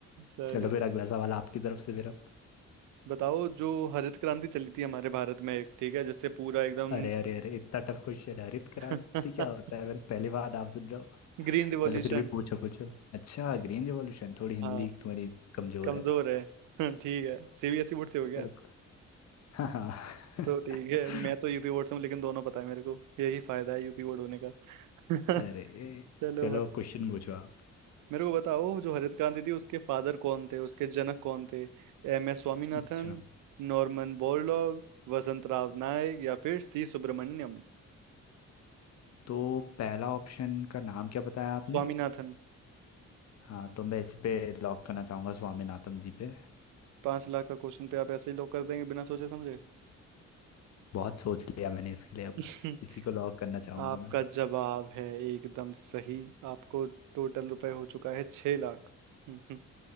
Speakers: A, on the right; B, on the left.
A: चलो
B: चलो फिर अगला सवाल आपकी तरफ से फिर अब
A: बताओ जो हरित क्रांति चली थी हमारे भारत में ठीक है जिससे पूरा एकदम
B: अरे अरे अरे इतना टफ क्वेश्चन है हरित क्रांति
A: <laughs>
B: क्या होता है मैंने पहली बार आपसे ड्रॉ
A: Green revolution
B: चलो फिर भी पूछो पूछो अच्छा ग्रीन रिवॉल्यूशन थोड़ी हिंदी
A: हाँ
B: तुम्हारी कमजोर
A: कमजोर
B: है
A: है <laughs> ठीक है सीबीएसई बोर्ड से हो गया
B: <laughs> चलो हाँ हाँ <laughs>
A: तो ठीक है मैं तो यूपी बोर्ड से हूँ लेकिन दोनों पता है मेरे को यही फायदा है यूपी बोर्ड होने का <laughs>
B: अरे
A: चलो
B: चलो क्वेश्चन पूछो आप
A: मेरे को बताओ जो हरित क्रांति थी उसके फादर कौन थे उसके जनक कौन थे एम एस Swaminathan
B: अच्छा
A: Norman Borlaug Vasant Rao Naik या फिर सी सुब्रमण्यम
B: तो पहला ऑप्शन का नाम क्या बताया आपने
A: स्वामीनाथन
B: हाँ तो मैं इस पे लॉक करना चाहूंगा स्वामीनाथन जी पे
A: पांच लाख का क्वेश्चन पे आप ऐसे ही लोग कर देंगे बिना सोचे समझे
B: बहुत सोच लिया मैंने इसके लिए अब
A: <laughs>
B: इसी को लॉक करना चाहूंगा
A: आपका
B: मैं
A: जवाब है एकदम सही आपको टोटल रुपए हो चुका है छह लाख <laughs>